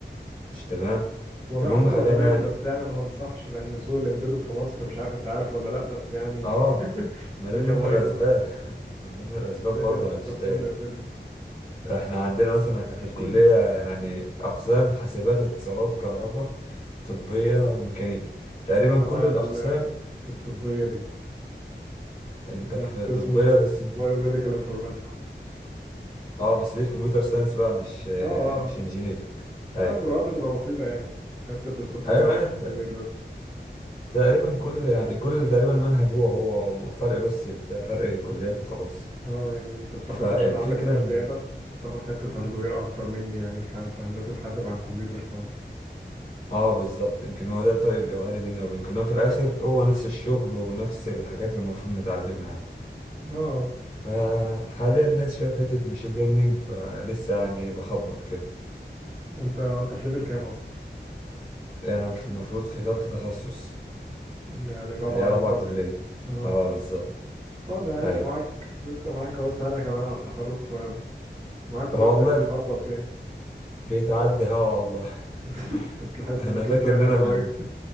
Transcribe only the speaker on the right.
والله
حتى
لو تمام
بس يعني انا ما انصحش لان سوق الامبيدد في مصر مش عارف انت عارف ولا لا بس يعني
<laughs>
الدنيا
بايظه
الدنيا
بايظه
في
سوق الامبيدد
<clears throat>
انا بقى
في ال- في الطبيه دي
انا
في القسم
بايو ميديكال انفورماتكس
اه
اه اه فروقات بتبقى بسيطه يعني حته السوفت
وير عن الهارد وير بس
اه يعني انت بتاخد
عشان عندك سنه
زياده تاخد حته هارد وير اكتر مني يعني في ح- في هندسه حاسب عن كمبيوتر ساينس
اه
انت انت في ليفل كام اصلا
يعني رابعة
هندسة
اه
طب يعني
لسه معاك لسه معاك اهو سنة كمان على التخرج فمعاك
وقتك
تخبط
يعني
<laughs>
انت بتحس
انك
لسه داخل
قريب
<laughs>